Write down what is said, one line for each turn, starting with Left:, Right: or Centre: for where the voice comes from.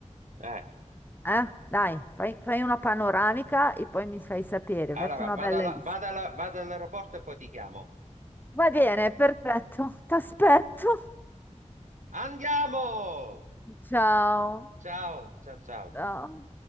Right: eh.
Left: Eh? Dai, fai, fai una panoramica e poi mi fai sapere, metti
Right: Allora,
Left: una bella
Right: vado alla-
Left: lista.
Right: vado alla- vado all'aeroporto e poi ti chiamo.
Left: Va bene, perfetto, <laughs> ti aspetto.
Right: Andiamo!
Left: Ciao.
Right: Ciao, ciao, ciao.
Left: Ciao.